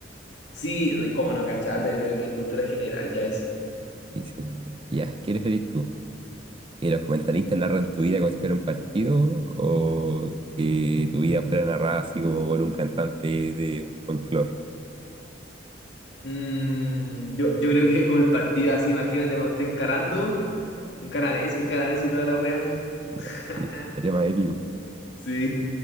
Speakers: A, on the left; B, on the right.
A: Sí, uy, cómo no cacharlo, yo creo que es cultura general, ya eso.
B: Sí, sí. Ya, ¿qué preferís tú? ¿Que los comentaristas narran tu vida como si fuera un partido o que tu vida fuera narrada así como por un cantante de folclore?
A: Mm, yo, yo creo que con el partido así, imagínate cuando esté encarando, encara Messi, encara Messi y toda la wea.
B: No,
A: <laughs>
B: sí, sería más épico.
A: Sí.